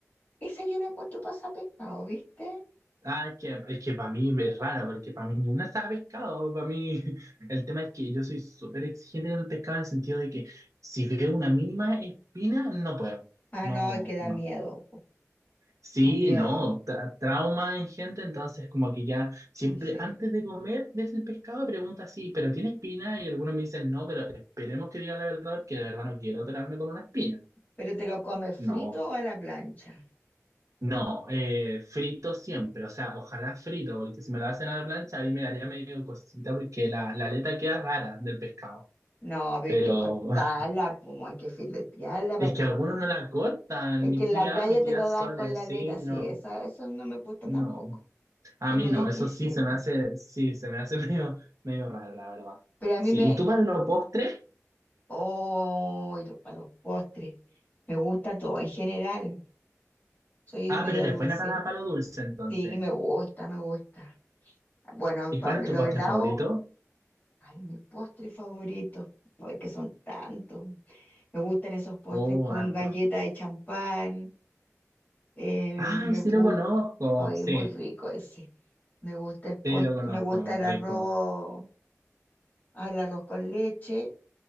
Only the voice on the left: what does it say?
Esa yo la encuentro pasada a pescado, ¿viste?
Ah,
no, es que da
miedo, po,
Da miedo.
Sí, sí.
Pero te lo comes
frito o a la plancha.
No, a ver,
hay que cortarla,
como hay que filetearla,
Es
que en
la playa
te lo
dan con la
aleta, sí,
eso, eso no me gusta
tampoco.
Es
medio
exquisita.
Pero a
mí me...
Oh, y los, para los postres. Me gusta todo, en general. Soy
media
dulcera.
Sí, me gusta, me gusta. Bueno,
para
lo
helado,
ay, mi postre favorito, porque son tantos. Me gustan esos postres
con
galleta de champán. eh,
me
gusta,
ay,
es muy rico ese. Me gusta el
postre,
me gusta el
arroz al arroz con leche,